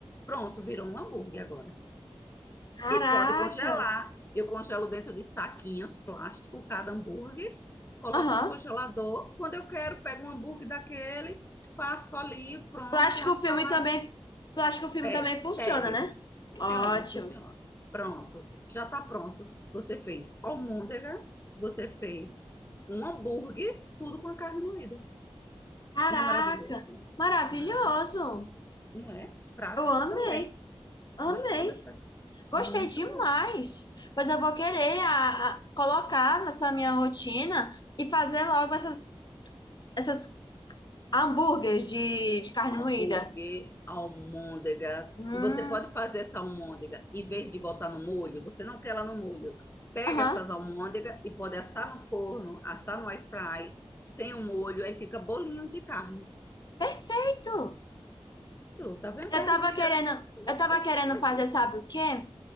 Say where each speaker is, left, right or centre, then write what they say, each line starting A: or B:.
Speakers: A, on the left (about 25°); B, on the left (about 45°).
A: Pronto, virou um hambúrguer agora.
B: Caraca.
A: E pode congelar. Eu congelo dentro de saquinhos plástico cada hambúrguer, coloco
B: Aham.
A: no congelador. Quando eu quero, pego um hambúrguer daquele, faço ali, pronto,
B: Tu acha
A: uma
B: que o
A: saladinha.
B: filme também, tu acha que
A: Serve,
B: o filme também funciona,
A: serve.
B: né?
A: Funciona,
B: Ótimo.
A: funciona. Pronto, já está pronto. Você fez almôndega, você fez um hambúrguer, tudo com a carne moída.
B: Caraca,
A: Não é maravilhoso?
B: maravilhoso.
A: É Maravilhoso. Não é? Prático
B: Eu amei,
A: também.
B: amei.
A: Gostou dessa?
B: Gostei
A: Muito
B: demais.
A: bom.
B: Pois eu vou querer a, a- colocar nessa minha rotina e fazer logo essas, essas hambúrgueres de, de carne
A: Hambúrguer,
B: moída.
A: almôndegas.
B: Hum,
A: E você pode fazer essa almôndega, em vez de botar no molho, você não quer ela no molho. Pega
B: aham,
A: essas almôndegas e pode assar no forno, assar no air fry, sem o molho, aí fica bolinho de carne.
B: perfeito.
A: tá vendo
B: Eu
A: carne
B: tava
A: moída?
B: querendo,
A: da-
B: eu tava
A: Tem,
B: querendo
A: Pois
B: fazer,
A: é.
B: sabe o quê?